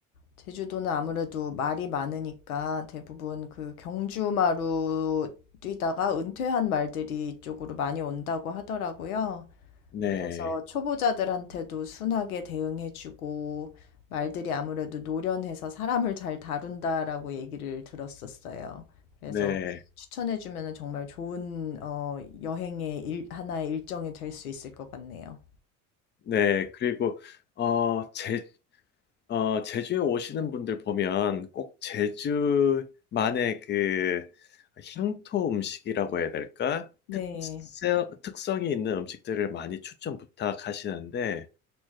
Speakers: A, on the left; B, on the left.
A: 제주도는 아무래도 말이 많으니까 대부분 그 경주마로 뛰다가 은퇴한 말들이 이쪽으로 많이 온다고 하더라고요.
B: 네,
A: 그래서 초보자들한테도 순하게 대응해주고 말들이 아무래도 노련해서 사람을 잘 다룬다라고 얘기를 들었었어요. 그래서
B: 네,
A: 추천해주면 정말 좋은 어, 여행의 일- 하나의 일정이 될 수 있을 것 같네요.
B: 네. 그리고, 어, 제, 어, 제주에 오시는 분들 보면 꼭 제주만의 그 향토 음식이라고 해야 될까?
A: 네.
B: 특성, 특성이 있는 음식들을 많이 추천 부탁하시는데,